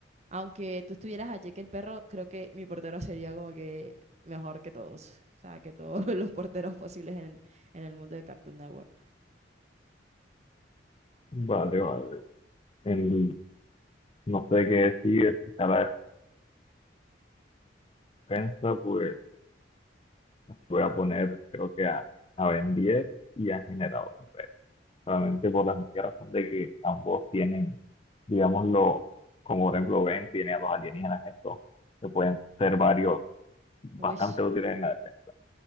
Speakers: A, on the right; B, on the left.
A: Aunque tú estuvieras allí que el perro, creo que mi portero sería como que mejor que todos. O sea, que todos <laughs> los porteros posibles en, en el mundo de Cartoon Network.
B: Vale, vale. En- no sé qué decir, si la defensa, pues voy a poner creo que a, a Ben 10 y a Generador Red. Solamente por la sencilla razón de que ambos tienen, digámoslo, como por ejemplo Ben tiene a los alienígenas estos, que pueden ser varios bastante
A: Uy,
B: útiles en la defensa.